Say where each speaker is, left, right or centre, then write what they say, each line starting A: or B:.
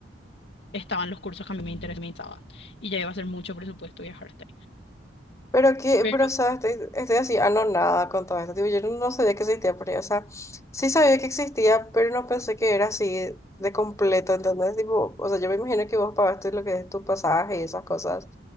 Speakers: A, on the left; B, on the left.
A: estaban los cursos que a mí me interesaban. Y ya iba a ser mucho presupuesto viajar hasta
B: Pero que,
A: ahí.
B: pero o sea, estoy, estoy así anonada con todo esto. Tipo, yo no sabía que existía pero ahí. O sea, sí sabía que existía, pero no pensé que era así de completo, ¿entendés? Tipo, o sea, yo me imagino que vos pagaste lo que es tu pasaje y esas cosas.